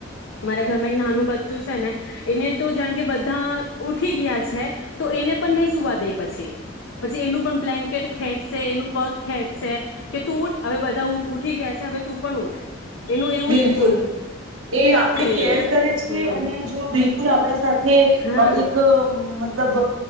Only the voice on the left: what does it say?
મારા ઘરમાં એક નાનું બચ્ચું છે ને એને તો જાણ કે બધા ઉઠી ગયા છે તો એને પણ નહી સુવા દે પછી. પછી એનું પણ બ્લેન્કેટ ખેંચશે એનું પગ ખેંચશે કે તું ઉઠ હવે બધા ઉઠી ગયા છે હવે તું પણ ઉઠ એનું એવું
થઈ
ગયું
હમ
હા